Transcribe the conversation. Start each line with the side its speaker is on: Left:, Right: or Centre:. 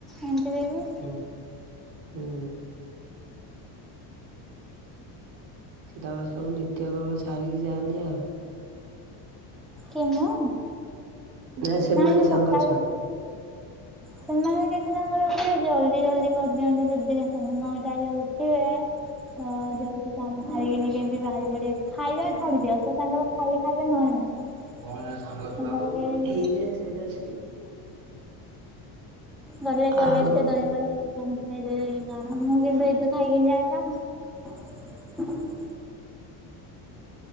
Centre: ଏମିତିରେ ବି
Right: ହୁଁ ହୁଁ ସେ ତାଙ୍କର ସବୁ ନିତ୍ୟ କର୍ମ ସାରିକି ଯାଆନ୍ତିି ଆଉ
Centre: କିଏ ମୁଁ
Right: ନାଇଁ ସେମାନେ
Centre: ନା ମୁଁ ସକାଳୁ
Right: ସାଙ୍ଗ ଛୁଆ।
Centre: ସେମାନେ କେମିତି ତାଙ୍କର ଗୋଟେ ଜଲ୍ଦି ଜଲ୍ଦି କରିଦିଅନ୍ତି, ଯଦି ନଅଟାରେ ଉଠିବେ? ତ ଜଲଦି ତାଙ୍କେ ଖାଇକିନି କେମିତି ବାହାରି ପଡିବ? ଖାଇବା ଛାଡିଦିଅ, ସେ ତାଙ୍କର ଖାଇଲେ ଖାଇବେ ନହେଲେ ନାହିଁ।
Right: କଣ ନା ସାଙ୍ଗ ଛୁଆ
Centre: ଗଲେ
Right: କହୁଥିଲୁ, ଏଇଟା ସେଇଟା ସେଇ
Centre: ଗଲେ କଲେଜ
Right: ଆଉ
Centre: ଟେ <unintelligible> ଖାଇଦ ହେଇ କଣ? ମୁଁ ଯଦି ଏଠି ଖାଇଦେବି ଆଉ କଣ?